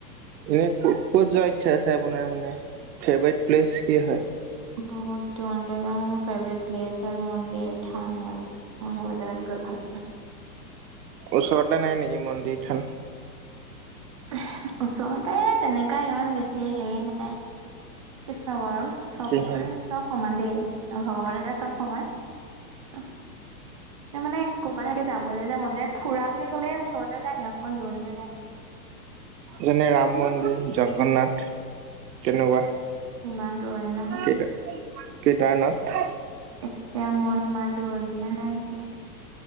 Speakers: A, on the right; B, on the right.
A: এনে ক ক'ত যোৱা ইচ্ছা আছে আপোনাৰ মানে ফেভৰেট প্লেচ কি হয়?
B: বহুত দূৰণলৈ যাম, মোৰ ফেভৰেট প্লেচ হয় মন্দিৰ, থান সেইবোৰ। অ সেই বজানত গৈ ভাল।
A: ওচৰতে নাই নেকি মন্দিৰ, থান?
B: এহে ওচৰতে তেনেকা ইমান বেছি হেৰি নাই কি ছ বাৰু? চবেই
A: কি হয়?
B: চব সমান দেই, কৃষ্ণ ভগৱান এ চব সমান। চ ত মানে ক'ব নেকে যাবলৈ যে মন যায় ফুৰা বুলি কলে ওচৰলে যায় ন অকণমান দূৰনিলে যায় ন।
A: যেনে ৰাম মন্দিৰ, জগন্নাথ তেনেকুৱা,
B: ইমান দূৰণি নহয়।
A: কেইটা কেইটাণত
B: এতিয়া মন ইমান দূৰণিলে নাই এতিয়া।